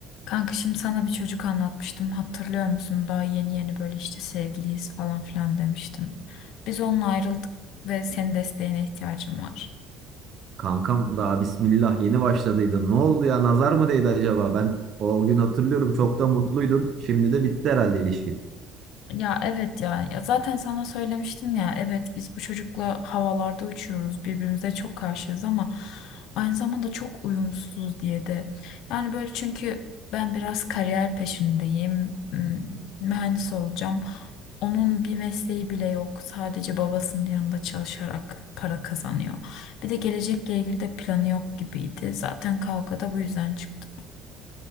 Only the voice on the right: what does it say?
Kankam daha bismillah yeni başladıydı. Ne oldu ya? Nazar mı değdi acaba? Ben o gün hatırlıyorum çok da mutluydun. Şimdi de bitti herhalde ilişkin.